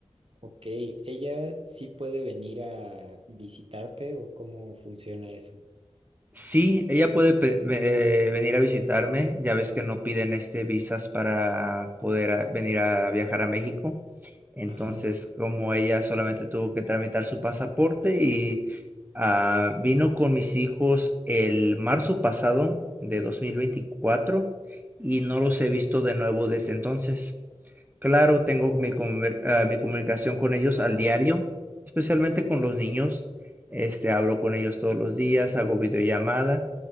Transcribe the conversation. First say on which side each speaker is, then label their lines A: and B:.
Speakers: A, on the right; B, on the right.
A: Ok, ¿ella sí puede venir a visitarte o cómo funciona eso?
B: Sí, ella puede pe- ve- eh, venir a visitarme. Ya ves que no piden este visas para poder a- venir a viajar a México. Entonces,
A: Ajá, no.
B: como ella solamente tuvo que tramitar su pasaporte y ah, vino con mis hijos el marzo pasado de 2024 y no los he visto de nuevo desde entonces. Claro, tengo mi, conver- ah, mi comunicación con ellos al diario, especialmente con los niños. Este, hablo con ellos todos los días, hago videollamada